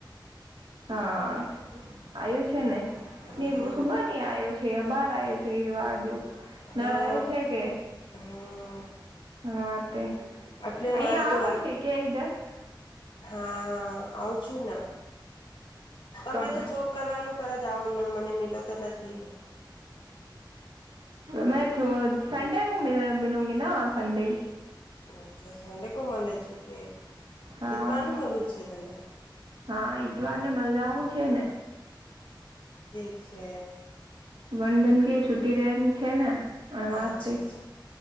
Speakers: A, on the right; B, on the left.
A: હા આવ્યો છે ને નહીં
B: હા
A: સુબહ નહીં આવ્યો છે. છે બાર આવયો છે વાહો <inaudible> નળાયો
B: હા
A: છે કે
B: હા
A: હ વાત <unintelligible> અહિયાં
B: એટલે મારે તો
A: આવો
B: વર્ક
A: છે કધા <unintelligible>
B: હા આવું છું ને તમે
A: કબ
B: તો જોબ કરવાનું પર જાઓને મને <inaudible> તો નથી નથી
A: મેં તો સન્ડે કો મલુંંગી ના સન્ડે
B: અચ્છા સન્ડે મળે છુ કે
A: હા
B: જીતવાનું મળલ છે તમે
A: હા ઈતવાર ને મલ જાઉં છે ને
B: ઠીક છે.
A: વંંદન કે છુટી રહે છે ને અણવાસથી
B: અચ્છા અચ્છા